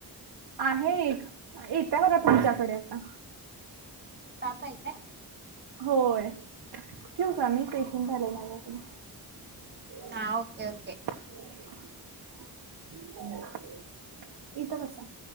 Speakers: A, on the right; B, on the right.
A: आहे एक, येत्या बघा तुमच्याकडे आता.
B: तापा हाय काय?
A: होय. ठेऊ का मी पेशंट आलय माझ्याकडे. <unintelligible>
B: हा ओके ओके.
A: इथं बसा.